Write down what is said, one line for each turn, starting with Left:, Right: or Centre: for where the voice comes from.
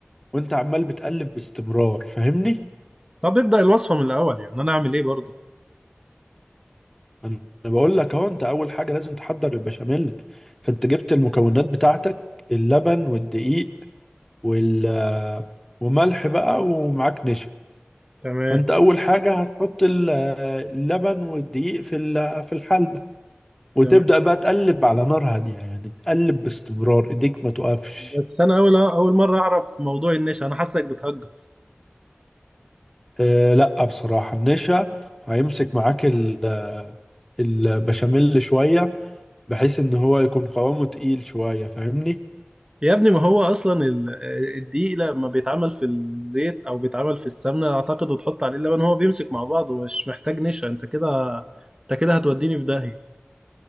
Centre: وانت عمال بتقلب باستمرار فاهمني
Right: طب ابدأ الوصفة من الأول يعني أنا أعمل إيه برضو
Centre: انا بقول لك اهو انت اول حاجه لازم تحضر البشاميل فانت جبت المكونات بتاعتك اللبن والدقيق وال وملح بقى ومعاك نشا
Right: تمام
Centre: فانت اول حاجه هتحط ال- اللبن والدقيق في ال- في الحله وتبدا
Right: تمام
Centre: بقى تقلب على نار هاديه يعني تقلب باستمرار ايديك ما توقفش
Right: بس أنا أول أول مرة أعرف موضوع النشا أنا حاسك بتهجس
Centre: أه لا بصراحه النشا هيمسك معاك ال- البشاميل شويه بحيث ان هو يكون قوامه تقيل شويه فاهمني
Right: يا ابني ما هو أصلا ال- آه، الدقيق لما بيتعمل في الزيت أو بيتعمل في السمنة أعتقد وتحط عليه اللبن هو بيمسك مع بعضه ومش محتاج نشا أنت كده أنت كده هتوديني في داهية